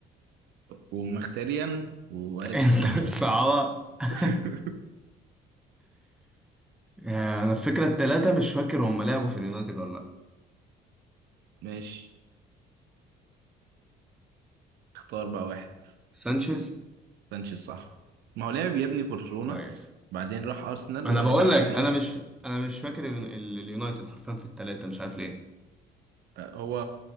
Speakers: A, on the right; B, in the centre.
A: ومختاريان واليكس
B: <laughs> انت
A: سانشيز
B: الصعبة <laughs>
A: <laughs>
B: آه، انا الفكره التلاتة مش فاكر هم لعبوا في اليونايتد ولا لا
A: ماشي اختار بقى واحد
B: سانشيز
A: سانشيز صح ما هو لعب يا ابني في برشلونة
B: كويس
A: بعدين راح ارسنال
B: انا
A: وبعدين
B: بقول
A: راح
B: لك
A: يونايتد
B: انا مش انا مش فاكر ال- ال- اليونايتد حرفيا في التلاتة مش عارف ليه
A: هو